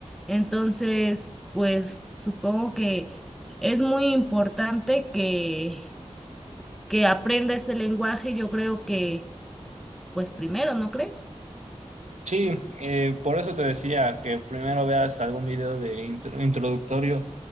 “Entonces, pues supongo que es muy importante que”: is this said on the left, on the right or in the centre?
Centre